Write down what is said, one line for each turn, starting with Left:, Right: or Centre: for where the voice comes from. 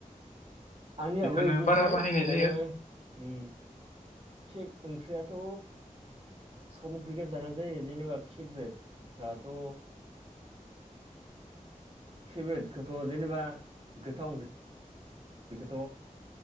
Right: आंनियाबो
Left: बेखौनो
Right: इदिनोसै
Left: बारा बाहायनाय
Right: ओ
Left: जायो
Right: ओम फेब ओंख्रियाथ' सम क्रिकै जानानै जायो जेनेबा फेभ्रेट दाथ' फेभ्रेट खोथ' जेनेबा गोथाव ओंख्रि बेखोथ'